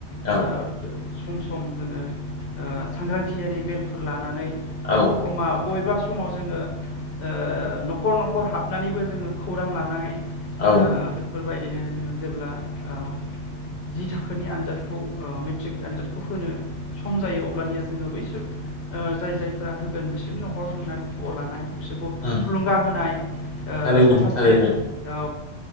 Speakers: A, on the left; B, on the left.
A: ओ
B: औ
A: सम सम जोङो ओ सांग्रांथियारि मेलफोर लानानै
B: औ
A: बा नख मा बबेबा समाव जोङो ओ न'खर न'खर हाबनानैबो जोङो खौरां लानाय ओ
B: औ
A: बेफोरबायदिनो जोङो जेब्ला ओ जि थाखोनि आनजादखौ ओ मेट्रिक आनजादखौ होनो सम जायो अब्लानिया जोङो बैसोर ओ जाय जायफोरा होगोन बिसोरनि न'खराव थांनानै खबर लानाय बिसोरखौ
B: उम
A: थुलुंगा होनाय ओ
B: थारैनो
A: माखासे
B: थारैनो
A: औ